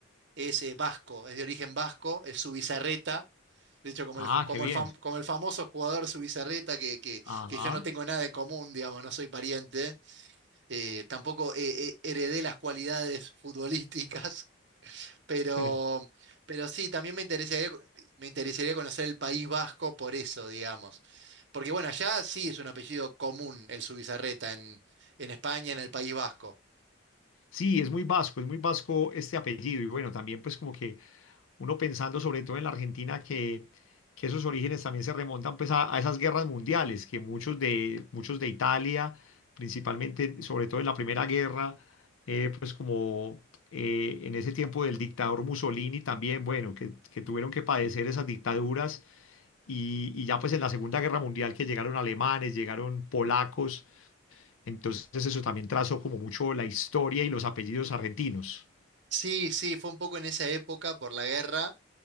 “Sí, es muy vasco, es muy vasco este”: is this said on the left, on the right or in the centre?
Left